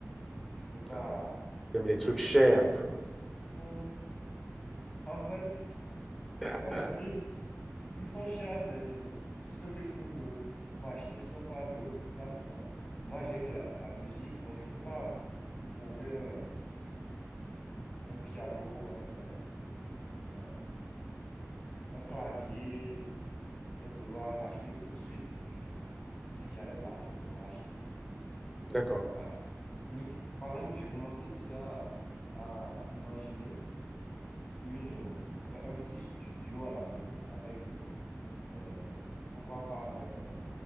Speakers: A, on the left; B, in the centre.
A: Je peux pas...
B: Ah, t'aimes les trucs chers, en fait.
A: Hum, En fait, c'est
B: <laughs>
A: pas des trucs... Ils sont chers, mais ceux que je peux me m'acheter, ils sont pas de haute gamme, quoi. Moi, j'aime la, la musique, donc je peux pas trouver un, un piano, un, un- un- un clavier et vouloir l'acheter tout de suite. Je dis, Ah, mais si j'avais de l'argent, je l'aurais acheté.
B: D'accord.
A: Voilà. Une, par exemple, j'ai commencé déjà à, à imaginer une, euh, enfin, un petit studio à la maison avec, euh, euh, pourquoi pas, un,